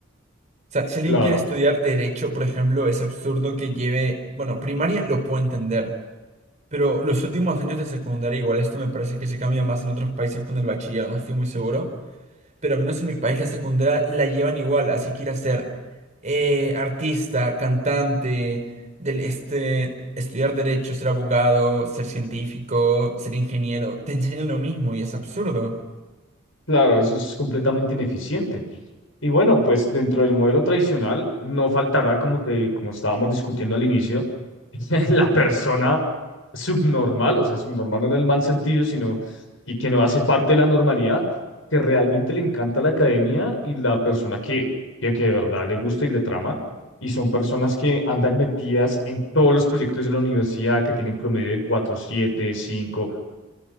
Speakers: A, on the right (about 35°); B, on the left (about 75°).
A: O sea, si alguien
B: Claro.
A: quiere estudiar derecho, por ejemplo, es absurdo que lleve, bueno, primaria lo puedo entender, Pero los últimos años de secundaria, igual esto me parece que se cambia más en otros países con el bachiller, no estoy muy seguro. Pero al menos en mi país la secundaria la llevan igual, así que ir a ser eh, artista, cantante, del, este, estudiar derecho, ser abogado, ser científico, ser ingeniero, te enseñan lo mismo y es absurdo.
B: Claro, eso es completamente ineficiente. Y bueno, pues dentro del modelo tradicional no faltará, como te, como estábamos discutiendo al inicio, <laughs> la persona subnormal, o sea, subnormal no en el mal sentido, sino y que no hace parte de la normalidad, que realmente le encanta la academia y la persona que, que, que de verdad le gusta y le trama. Y son personas que andan metidas en todos los proyectos de la universidad, que tienen promedio de cuatro siete cinco